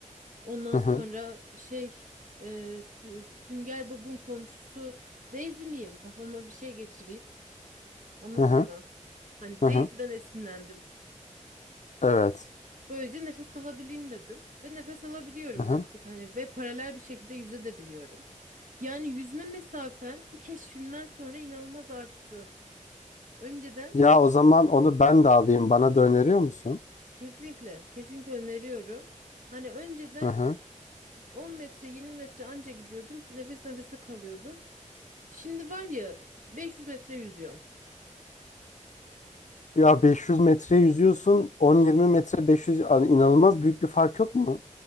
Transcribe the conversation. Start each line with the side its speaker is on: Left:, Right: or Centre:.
Right: Ondan
Left: Hı hı.
Right: sonra şey e, Sü- Sünger Bob'un komşusu Daisy miyim? Kafama bir şey geçireyim. Anladın
Left: Hı hı.
Right: mı? Hani
Left: Hı
Right: Daisy'den
Left: hı.
Right: esinlendim.
Left: Evet.
Right: Böylece nefes alabileyim dedim. Ve nefes alabiliyorum
Left: Hı hı.
Right: artık. Hani ve paralel bir şekilde yüze de biliyorum. Yani yüzme mesafem bu keşfimden sonra inanılmaz arttı. Önceden
Left: Ya o zaman onu ben de alayım. Bana da öneriyor musun?
Right: kesinlikle, kesinlikle öneriyorum. Hani önceden
Left: Hı hı.
Right: 10 metre 20 metre anca gidiyordum. Nefes nefese kalıyordum. Şimdi var ya 500 metre yüzüyorum.
Left: Ya 500 metre yüzüyorsun, 10-20 metre 500 yani inanılmaz büyük bir fark yok mu?